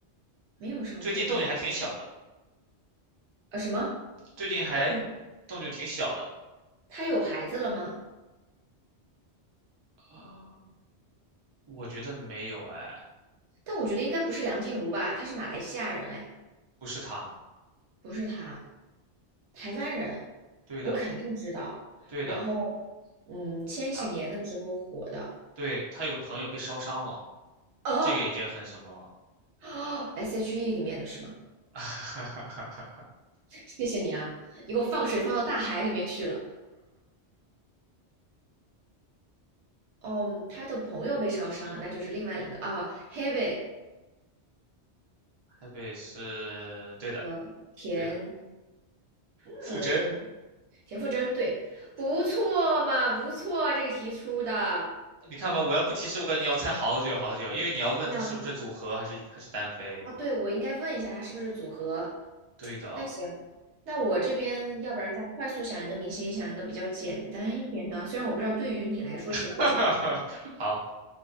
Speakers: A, on the right (about 80°); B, on the right (about 40°).
A: 没有上综艺了。
B: 最近动静还挺小的，
A: 呃，什么？
B: 最近还动静挺小的。
A: 动物？他有孩子了吗？
B: 啊，我觉得没有哎，
A: 但我觉得应该不是梁静茹吧，她是马来西亚人，哎，
B: 不是他。
A: 不是她，台湾人，
B: 对的，
A: 我肯定知道。
B: 对的，
A: 然后，嗯，千禧年的时候火的，
B: 他对他有个朋友被烧伤了。
A: 哦
B: 这个已经很什么了。
A: 哦，S.H.E <gasps> 里面的是吗？
B: <laughs>
A: <laughs> 谢谢你啊，你给我放水放到大海里面去了。哦，嗯他的朋友被烧伤了，那就是另外两个啊，Hebe
B: 台北是对的，
A: 呃，田，
B: 对的，傅真。
A: 嗯，田馥甄，对，不错嘛，不错，这个题出的，
B: 你看吧，我要不提示，我感觉你要猜好久好久，因为你要问他是不是组合还是还是单飞。
A: 我真的要看啊，对，我应该问一下他是不是组合。
B: 对的，
A: 那行，那我这边要不然再快速想一个明星，想一个比较简单一点的，虽然我不知道对于你来说简不简单，
B: <laughs> 好，